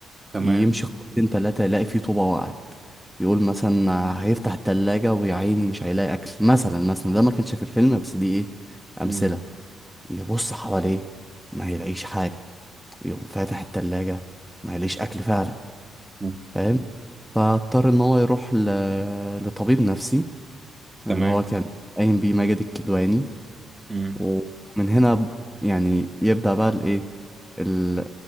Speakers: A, on the right (about 25°); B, in the centre.
A: تمام
B: يمشي خطوتين تلاتة يلاقي في طوبة وقعت يقول مثلا هيفتح التلاجة ويا عيني مش هيلاقي أكل مثلا مثلا ده ما كانش في الفيلم بس دي إيه أمثلة
A: مم.
B: يبص حواليه ما يلاقيش حاجة يقوم فاتح التلاجة ما يلاقيش أكل فعلا
A: مم.
B: فاهم فاضطر إن هو يروح ل... لطبيب نفسي اللي
A: تمام
B: هو كان قايم بيه ماجد الكدواني
A: مم.
B: ومن هنا يعني يبدأ بقى الايه ال-